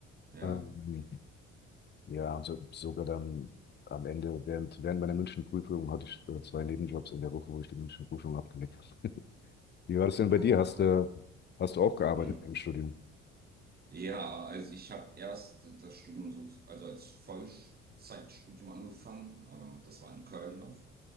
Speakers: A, on the right; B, on the left.
A: Ja.
B: Ähm, Ja, und so, sogar dann am Ende, während, während meiner Münchenprüfung hatte ich äh, zwei Nebenjobs in der Woche, wo ich die Münchenprüfung abgelegt habe. <laughs> Wie war das denn bei
A: Oh,
B: dir? Hast
A: wa-
B: du, hast du auch gearbeitet
A: hm.
B: im Studium?
A: Ja, also ich habe erst das Studium so, also als Vollzeitstudium angefangen. Äh, das war in Köln noch.